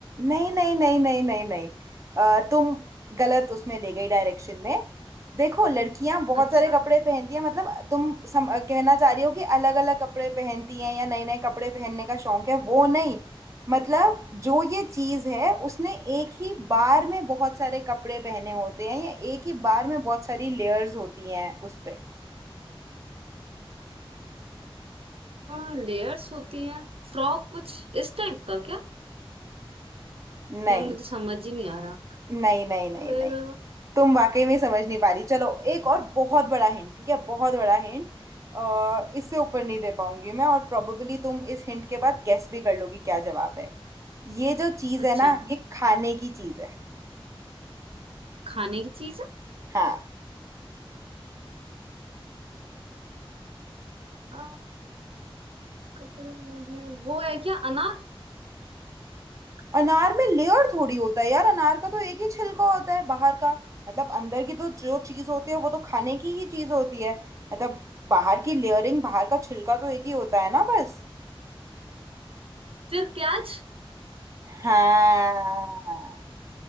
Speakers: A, on the right; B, on the right.
A: नहीं नहीं नहीं नहीं नहीं नहीं अ, तुम गलत उसमें ले गई डायरेक्शन में देखो लड़कियां बहुत
B: हैं अच्छा
A: सारे कपड़े पहनती हैं मतलब तुम सम, अ, कहना चाह रही हो कि अलग अलग कपड़े पहनती हैं या नए नए कपड़े पहनने का शौक है वो नहीं मतलब जो ये चीज है उसने एक ही बार में बहुत सारे कपड़े पहने होते हैं या एक ही बार में बहुत सारी लेयर्स होती हैं उस पे
B: हाँ लेयर्स होती हैं फ्रॉक कुछ इस टाइप का क्या
A: नहीं
B: ये मुझे समझ ही नहीं आ रहा
A: नहीं नहीं नहीं
B: फिर
A: नहीं तुम वाकई में समझ नहीं पा रही चलो एक और बहुत बड़ा हिंट ठीक है बहुत बड़ा हिंट इससे ऊपर नहीं दे पाऊंगी मैं और प्रोबेबली तुम इस हिंट के बाद गेस भी कर लोगी क्या जवाब है ये जो चीज
B: अच्छा
A: है ना ये खाने की चीज है
B: खाने की चीज है
A: हाँ
B: अ, कपड़े में वो है क्या अनार
A: अनार में लेयर थोड़ी होता है यार अनार का तो एक ही छिलका होता है बाहर का मतलब अंदर की तो जो चीज होती है वो तो खाने की ही चीज होती है मतलब बाहर की लेयरिंग बाहर का छिलका तो एक ही होता है ना बस
B: फिर प्याज
A: हाँ